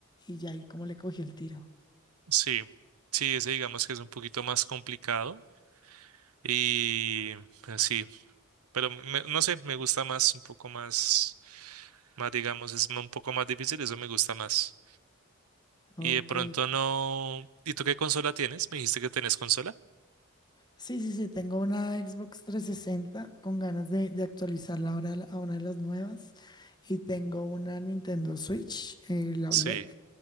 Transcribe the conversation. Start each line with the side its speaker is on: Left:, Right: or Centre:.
Left: y ya ahí como le cogí el tiro.
Right: Sí, sí, ese digamos que es un poquito más complicado y así, pero me- no sé, me gusta más, un poco más, más digamos, es un poco más difícil, eso me gusta más.
Left: Ok.
Right: Y de pronto no, ¿y tú qué consola tienes? ¿Me dijiste que tenés consola?
Left: Sí, sí, sí, tengo una Xbox 360 con ganas de, de actualizarla ahora a la- a una de las nuevas y tengo una Nintendo Switch, eh, la
Right: Sí,
Left: OLED.